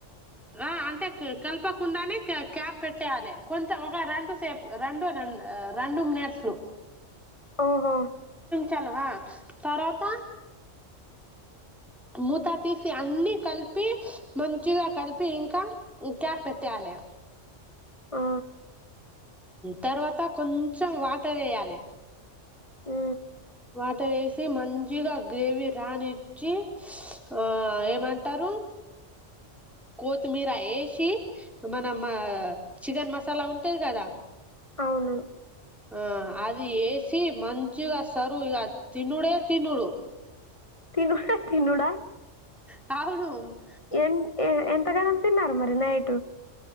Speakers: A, in the centre; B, on the left.
A: ఆ అంటే కలపకుండానే క్యాప్ పెట్టేయాలి కొంత ఒక రెండు సేపు రెండుం రెండు మినట్స్లు
B: ఓహో
A: చాలా తవాత మూతా తీసి అన్ని కలిపి మంచిగా కలిపి ఇంకా క్యాప్ పెట్టయాలి
B: ఆ
A: తర్వాత కొంచెం వాటర్ వేయాలి
B: ఆ
A: వాటర్ వేసి మంచిగా గ్రేవీ రానిచ్చి ఆ ఏమంటారు కొత్తిమీర వేసి మనం మా చికెన్ మసాలా ఉంటది కదా
B: అవును
A: ఆ అది వేసి మంచిగా సరు ఇక తినుడే తినుడు
B: తినుడే తినుడా
A: అవును
B: ఎన్ ఎంతగానం తిన్నారు మరి నైటు